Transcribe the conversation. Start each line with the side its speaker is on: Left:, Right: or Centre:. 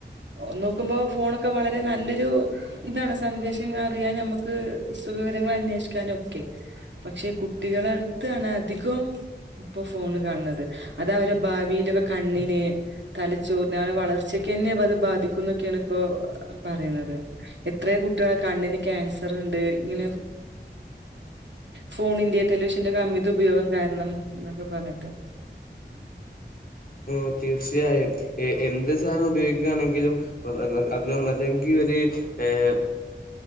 Right: ഒനോക്കുമ്പോ ഫോണൊക്കെ വളരെ നല്ലൊരു ഇതാണ് സന്ദേശം അറിയാൻ നമ്മുക്ക്. സുഖവിരങ്ങൾ അന്വേഷിക്കാനൊക്കെ പക്ഷെ കുട്ടികള അടുത്താണ് അധികം. ഇപ്പോ ഫോണ്. കാണ്ന്നത് അത് അവരുടെ ഭാവിയിലൊക്കെ കണ്ണിനെ തലച്ചോറിനെ അവര വളർച്ചക്കെന്നെത് ബാധിക്കും. ന്നൊക്കെയാണ് ഇപ്പോ പറയുന്നത് എത്ര കുട്ടികൾ കണ്ണിന് ക്യാൻസർ ഉണ്ട് ഇങ്ങനെ. ഫോണിന്റെ ടെലിവിഷന്റെ അമിത ഉപയോഗം കാരണം എന്നൊക്കെ പറഞ്ഞിട്ട്. ട്ട്
Left: ഓ തീർച്ചയായും ഏ എന്ത് സാധനം ഉപയോഗിക്കുകയാണെങ്കിലും അതിനൊന്നല്ലെങ്കിൽ ഒരു ഏഹ്